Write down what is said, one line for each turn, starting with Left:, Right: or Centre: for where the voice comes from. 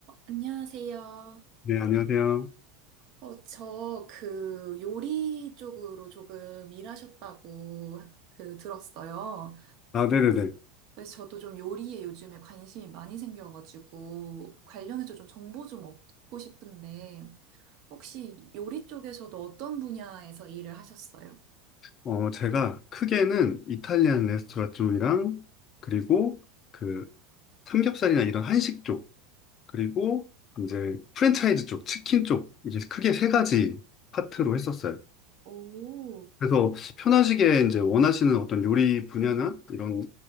Right: 안녕하세요.
Left: 네, 안녕하세요.
Right: 어, 저 그 요리 쪽으로 조금 일하셨다고 그 들었어요.
Left: 아, 네네네.
Right: 그래서 저도 좀 요리에 요즘에 관심이 많이 생겨가지고 관련해서 좀 정보 좀 얻고 싶은데 혹시 요리 쪽에서도 어떤 분야에서 일을 하셨어요?
Left: 어, 제가 크게는 이탈리안 레스토랑 쪽이랑, 그리고 그 삼겹살이나 이런 한식 쪽, 그리고 이제 프랜차이즈 쪽, 치킨 쪽, 이게 크게 세 가지 파트로 했었어요.
Right: 오.
Left: 그래서 편하시게 이제 원하시는 어떤 요리 분야나 이런,